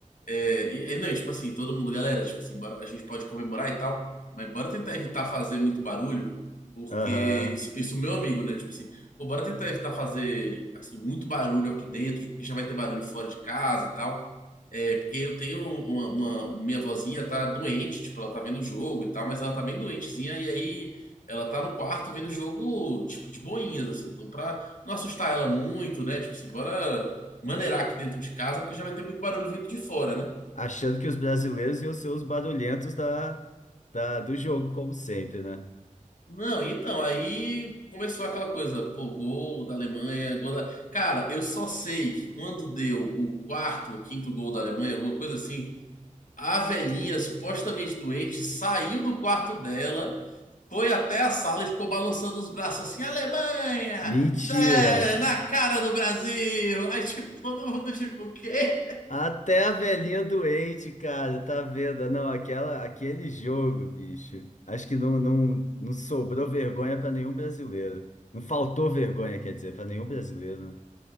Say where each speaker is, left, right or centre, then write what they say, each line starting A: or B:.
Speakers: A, on the left; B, on the left.
A: é, e aí, não, tipo assim, todo mundo, galera, tipo assim, bora- a gente pode comemorar e tal, mas bora tentar evitar fazer muito barulho, porque
B: Aham.
A: isso, isso meu amigo, né? Tipo assim, pô, bora tentar evitar fazer, assim, muito barulho aqui dentro, porque já vai ter barulho fora de casa e tal. É, porque eu tenho uma, uma- minha vozinha tá doente, tipo, ela tá vendo o jogo e tal, mas ela tá bem doentezinha, e aí ela tá no quarto vendo o jogo, tipo, de boinhas, assim, então pra não assustar ela muito, né? Tipo assim, bora maneirar aqui dentro de casa, porque já vai ter muito barulho vindo de fora, né?
B: Achando que os brasileiros iam ser os barulhentos da, da, do jogo, como sempre, né?
A: Não, então, aí começou aquela coisa, pô, gol da Alemanha, gol da... Cara, eu só sei que quando deu o quarto ou quinto gol da Alemanha, alguma coisa assim, a velhinha, supostamente doente, saiu do quarto dela, foi até a sala e ficou balançando os braços assim, Alemanha!
B: Mentira!
A: tá na cara do Brasil! Aí, tipo, todo mundo, tipo, o quê?
B: Até a velhinha doente, cara, tá vendo? Não, aquela, aquele jogo, bicho. Acho que não, não, não sobrou vergonha pra nenhum brasileiro. Não faltou vergonha, quer dizer, pra nenhum brasileiro, né?